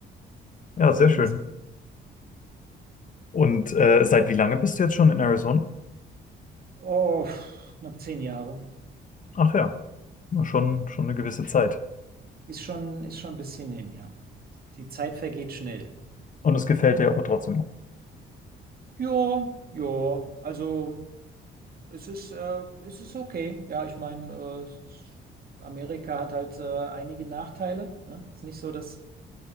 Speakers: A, on the left; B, on the right.
A: Ja,
B: Vor
A: sehr
B: allem
A: schön.
B: im Sommer.
A: Und äh, seit wie lange bist du jetzt schon in Arizona?
B: Oh, knapp zehn Jahre.
A: Ach ja, na schon, schon eine gewisse Zeit.
B: Ist schon, ist schon ein bisschen hin, ja. Die Zeit vergeht schnell.
A: Und es gefällt dir aber trotzdem noch.
B: Ja, ja. Also es ist, äh, es ist okay. Ja, ich meine, äh, es ist- Amerika hat halt äh, einige Nachteile. Ne? Ist nicht so das